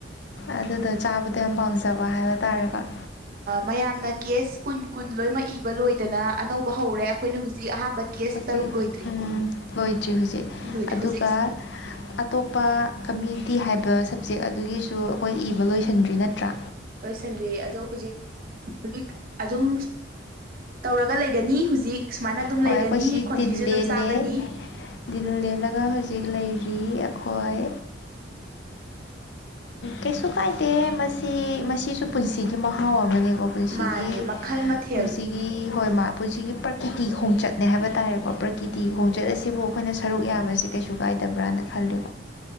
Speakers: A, on the left; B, on the right.
A: ꯑꯗꯨꯗ ꯆꯥꯕꯗ ꯌꯥꯝ ꯄꯥꯝꯖꯕ ꯍꯥꯏꯕ ꯇꯥꯔꯦꯀꯣ
B: ꯃꯌꯥꯝꯅ ꯀꯦꯁ ꯀꯨꯟ ꯀꯨꯟ ꯂꯣꯏꯅꯃꯛ ꯏꯕ ꯂꯣꯏꯗꯅ ꯑꯅꯧꯕ ꯍꯧꯔꯦ ꯑꯩꯈꯣꯏꯅ ꯍꯧꯖꯤꯛ ꯑꯍꯥꯟꯕ ꯀꯦꯁ
A: ꯍꯧꯖꯤꯛ
B: ꯇꯔꯨꯛ ꯂꯣꯏꯗ꯭ꯔꯤ
A: ꯎꯝ ꯂꯣꯏꯗ꯭ꯔꯤ ꯍꯧꯖꯤꯛ
B: ꯂꯣꯏꯗ꯭ꯔꯤ
A: ꯑꯗꯨꯒ
B: ꯍꯧꯖꯤꯛ
A: ꯑꯇꯣꯞꯄ ꯀꯝꯃ꯭ꯌꯨꯅꯤꯇꯤ ꯍꯥꯏꯕ ꯁꯞꯖꯦꯛ ꯑꯗꯨꯒꯤꯁꯨ ꯑꯩꯈꯣꯏ ꯏꯕ ꯂꯣꯏꯁꯤꯟꯗ꯭ꯔꯤ ꯅꯠꯇ꯭ꯔꯥ
B: ꯑꯣꯏꯣꯏꯁꯅꯔꯤ ꯑꯗꯣ ꯍꯧꯖꯤꯛ ꯍꯧꯖꯤꯛ ꯑꯗꯨꯝ ꯇꯧꯔꯒ ꯂꯩꯒꯅꯤ ꯍꯧꯖꯤꯛ ꯁꯨꯃꯥꯏꯅ ꯑꯗꯨꯝ
A: ꯍꯣꯏ
B: ꯂꯩꯒꯅꯤ
A: ꯑꯩꯈꯣꯏ ꯁꯤ
B: ꯈꯣꯟꯊꯤꯁꯨ
A: ꯗꯤꯜ
B: ꯑꯗꯨꯝ
A: ꯂꯦꯜꯂꯦ
B: ꯆꯥꯒꯅꯤ
A: ꯗꯤꯜ ꯂꯦꯜꯂꯒ ꯍꯧꯖꯤꯛ ꯂꯩꯔꯤ ꯑꯩꯈꯣꯏ ꯀꯩꯁꯨ ꯀꯥꯏꯗꯦ ꯃꯁꯤ ꯃꯁꯤꯁꯨ ꯄꯨꯟꯁꯤꯒꯤ ꯃꯍꯥꯎ ꯑꯃꯅꯤꯀꯣ ꯄꯨꯟꯁꯤꯒꯤ
B: ꯃꯥꯅꯦ ꯃꯈꯜ ꯃꯊꯦꯜꯅꯤ
A: ꯄꯨꯟꯁꯤꯒꯤ ꯍꯣꯏ ꯃꯥꯄꯟꯁꯤꯒꯤ ꯄ꯭ꯔꯀꯤꯇꯤ ꯈꯣꯡꯆꯠꯅꯦ ꯍꯥꯏꯕ ꯇꯥꯔꯦꯀꯣ ꯄ꯭ꯔꯀꯤꯇꯤ ꯈꯣꯡꯆꯠ ꯑꯁꯤꯕꯨ ꯑꯩꯈꯣꯏꯅ ꯁꯔꯨꯛ ꯌꯥꯕꯁꯤ ꯀꯩꯁꯨ ꯀꯥꯏꯗꯕ꯭ꯔꯅ ꯈꯜꯂꯤꯨ